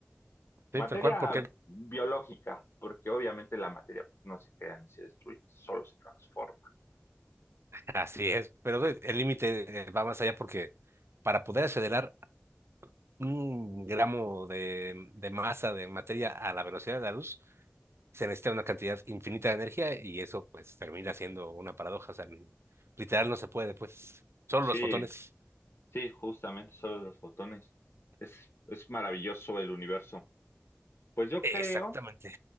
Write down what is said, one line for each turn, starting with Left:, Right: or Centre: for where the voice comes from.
Right: Sí,
Left: Materia
Right: tal cual, porque
Left: biológica, porque obviamente la materia pues, no se crea ni se destruye, solo se transforma.
Right: así es, pero el el límite eh, va más allá porque para poder acelerar un gramo de, de masa de materia a la velocidad de la luz, se necesita una cantidad infinita de energía y eso pues termina siendo una paradoja, o sea, literal no se puede, pues, solo
Left: Sí,
Right: los fotones.
Left: sí, justamente solo los botones. Es, es maravilloso el universo. Pues yo
Right: Exactamente.
Left: creo